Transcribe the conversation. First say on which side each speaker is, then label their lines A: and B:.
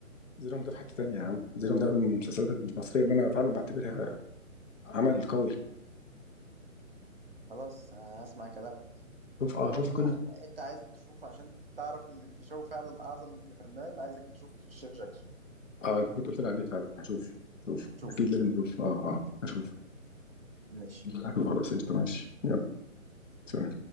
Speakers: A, on the left; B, on the right.
A: زينهم ده في حته تانيه يا عم زينهم ده من المسلسلات المصريه اللي انا فعلا بعتبرها عمل قوي
B: خلاص هسمع كلامه
A: شوف اه
B: وبرضو
A: شوف كده
B: انت عايزك تشوف عشان تعرف ان الفيشاوي فعلا اعظم ابن فنان عايزك تشوف الشيخ جاكسون
A: اه انت كنت قلت لي عليه فعلا هشوف شوف
B: شوفه
A: اكيد لازم اشوف اه اه هشوف
B: ماشي
A: هشوف خلاص قشطة ماشي يلا سلام